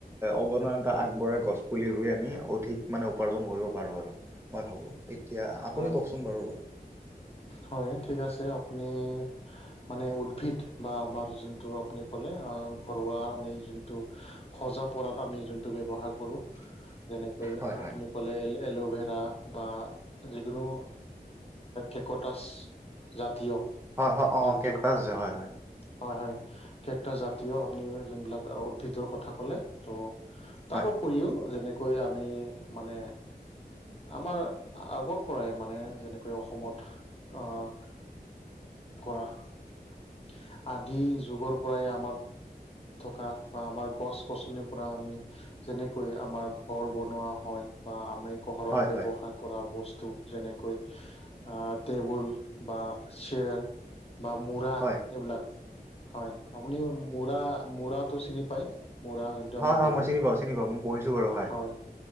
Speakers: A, on the right (about 15°); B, on the left (about 35°).
A: অৱনন এটা আগবঢ়াই, গছ পুলি ৰুই আমি অধিক মানে উপাৰ্জন কৰিব পাৰোঁ আৰু। মই ভাবোঁ, এতিয়া আপুনি
B: হয়
A: কওকচোন বাৰু অলপ।
B: হয়, ঠিক আছে। আপুনি মানে উদ্ভিদ বা আমাৰ যোনটো আপুনি ক'লে ঘৰুৱা আমি যোনটো সজা-পৰাত আমি যোনটো ব্যৱহাৰ কৰোঁ, যেনেক কৈ
A: হয় হয়
B: আপুনি ক'লে, এল'ভেৰা বা যিকোনো এ কটাছ জাতীয়,
A: হয় হয় অ
B: যোনটো
A: কেকটাছ যে হয় হয়
B: হয়, হয়, কেবটা জাতীয় আপুনি যোনবিলাক উদ্ভিদৰ কথা ক'লে। ত' তাৰ
A: হয়
B: উপৰিও যেনেকৈ আমি মানে আমাৰ আগৰ পৰাই মানে, যেনেকৈ অসমত অ, <unintelligible> আদিম যুগৰ পৰাই আমাক থকা বা আমাৰ গছ-গছনিৰ পৰা আমি যেনেকৈ আমাৰ ঘৰ বনোৱা হয় বা আমি ঘৰত
A: হয় হয়
B: ব্যৱহাৰ কৰা বস্তু যেনেকৈ টেবুল বা চেয়াৰ বা মূৰা,
A: হয়
B: এইবিলাক হয়, আপুনিও মূৰা মূৰাটো চিনি পায়, মূৰা আমি
A: হয় হয়
B: বঢ়ো,
A: মই চিনি পাওঁ চিনি পাওঁ মই পঢ়িছোঁ বাৰু
B: হয়,